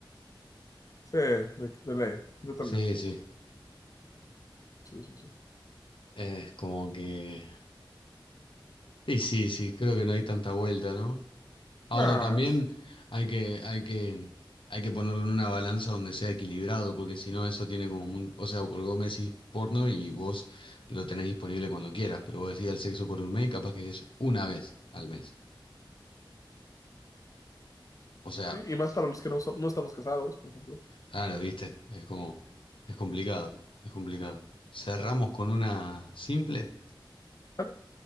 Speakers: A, on the left; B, on the left.
A: Sí, de, de ley, yo también.
B: Sí, sí.
A: Sí, sí, sí.
B: Es como que... Y sí, sí, creo que no hay tanta vuelta, ¿no? Ahora
A: No,
B: también hay que, hay que, hay que ponerlo en una balanza donde sea equilibrado, porque si no eso tiene como un, o sea, porque vos me decís porno y vos lo tenés disponible cuando quieras, pero vos decís el sexo por un mes y capaz que es una vez al mes. O sea,
A: Sí, y más para los que no, so- no estamos casados, por ejemplo.
B: claro, viste, es como, es complicado, es complicado. Cerramos con una simple.
A: ¿Vale?